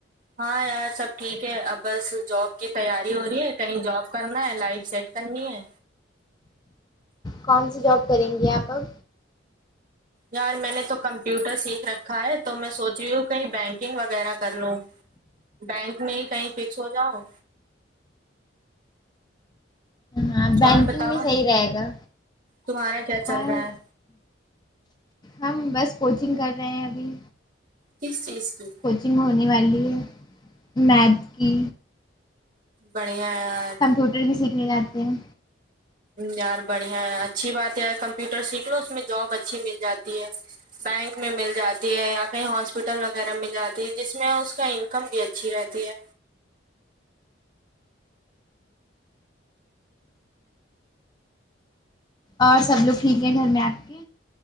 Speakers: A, on the right; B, on the left.
A: ہاں یار سب ٹھیک ہے اب بس جاب کی تیاری ہو رہی ہے کہیں جاب کرنا ہے لائف سیٹ کرنی ہے
B: کون سی جاب کریں گی آپ اب
A: یار میں نے تو کمپیوٹر سیکھ رکھا ہے تو میں سو جیو کہیں بینکنگ وغیرہ کر لوں بینک میں ہی کہیں فکس ہو جاؤ
B: ہاں بینکنگ
A: اور بتاؤ
B: میں صحیح رہے گا
A: تمہارا کیا چل
B: اور
A: رہا ہے
B: ہم بس کوچنگ کر رہے ہیں ابھی
A: کس چیز کی
B: کوچنگ ہونے والی ہے میتھ کی
A: بڑھیا ہے یار
B: کمپیوٹر بھی سیکھنے جاتے ہیں
A: یار بڑھیا ہے اچھی بات یار کمپیوٹر سیکھ لو اس میں جاب اچھی مل جاتی ہے بینک میں مل جا تی ہے یا کہیں ہاسپٹل وغیرہ مل جاتی جس میں اس کا انکم بھی اچھی رہتی ہے
B: اور سب لوگ ٹھیک ہیں گھر میں آپ کے